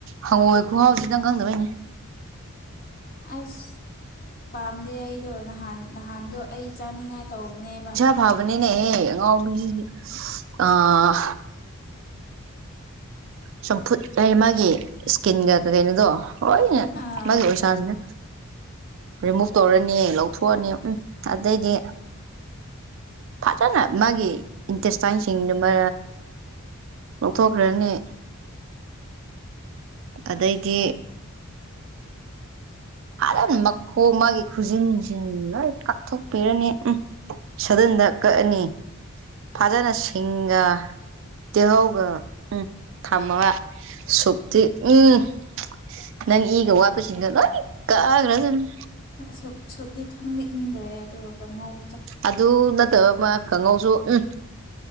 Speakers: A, on the right (about 60°); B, on the left (about 40°).
A: ꯍꯪꯉꯣꯏ ꯈꯨꯍꯥꯎꯁꯤ ꯅꯪ ꯈꯪꯗꯕꯩꯅꯤ꯫
B: ꯑꯁ ꯄꯥꯝꯗꯦ ꯑꯩꯗꯣ ꯅꯍꯥꯟ ꯅꯍꯥꯟꯗꯣ ꯑꯩ ꯆꯥꯅꯤꯡꯉꯥꯏ ꯇꯧꯕꯅꯦꯕ꯫
A: ꯐꯕꯅꯤꯅꯦꯍꯦ ꯑꯉꯥꯎꯕꯤꯁꯤꯗꯤ ꯑꯥ ꯆꯝꯐꯨꯠ ꯑꯩ ꯃꯥꯒꯤ ꯏꯁꯀꯤꯟꯒ ꯀꯔꯤꯅꯣꯗꯣ ꯂꫭꯏꯅꯦ
B: ꯑꯥ
A: ꯃꯥꯒꯤ ꯎꯟꯁꯥꯁꯤꯅ ꯔꯤꯃꯨꯚ ꯇꯧꯔꯅꯤ ꯂꯧꯊꯣꯛꯑꯅꯤ ꯎꯝ ꯑꯗꯩꯗꯤ ꯐꯖꯅ ꯃꯥꯒꯤ ꯏꯟꯇꯦꯁꯇꯥꯏꯟꯁꯤꯡꯗꯨ ꯃ ꯂꯧꯊꯣꯛꯈ꯭ꯔꯅꯤ ꯑꯗꯩꯗꯤ ꯐꯥꯖꯅ ꯃꯈꯣꯡ ꯃꯥꯒꯤ ꯈꯨꯖꯤꯟꯁꯤꯟ ꯂꯣꯏ ꯀꯥꯞꯊꯣꯛꯄꯤꯔꯅꯤ ꯎꯝ꯫ ꯁꯗꯨꯟꯗ ꯀꯛꯑꯅꯤ ꯐꯖꯅ ꯁꯤꯡꯒ ꯇꯤꯜꯍꯧꯒ ꯎꯝ ꯊꯝꯃꯒ ꯁꯨꯞꯇꯤ ꯎꯝ ꯅꯪ ꯏꯒ ꯋꯥꯠꯄꯁꯤꯡꯗꫭ ꯂꯣꯏ ꯀꯥꯈ꯭ꯔꯗꯕꯅꯤ꯫
B: ꯑ ꯁꯨꯞ ꯁꯨꯞꯗꯤ ꯊꯛꯅꯤꯡꯗ꯭ꯔꯦ ꯑꯗꯨꯒ ꯀꯉꯧ
A: ꯑꯗꯨ ꯅꯠꯇꯕ ꯑꯃ ꯀꯥꯡꯍꯧꯁꯨ ꯎꯝ꯫